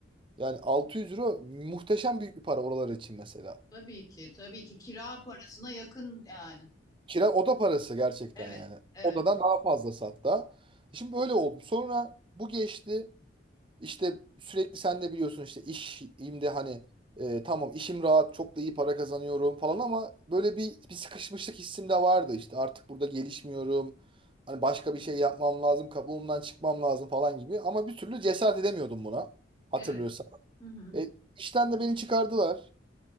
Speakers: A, on the right; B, on the left.
A: Yani 600 euro muhteşem büyük bir para oralar için mesela.
B: Tabii ki, tabii ki kira parasına yakın yani.
A: Kira oda parası gerçekten
B: Evet,
A: yani.
B: evet,
A: Odadan daha fazlası hatta. Şimdi böyle oldu. Sonra bu geçti. İşte sürekli sen de biliyorsun işte işimde hani e, tamam işim rahat çok da iyi para kazanıyorum falan ama böyle bir, bir sıkışmışlık hissim de vardı işte artık burada gelişmiyorum. Hani başka bir şey yapmam lazım kabuğumdan çıkmam lazım falan gibi ama bir türlü cesaret edemiyordum buna hatırlıyorsan.
B: evet. Hı hı,
A: E, işten de beni çıkardılar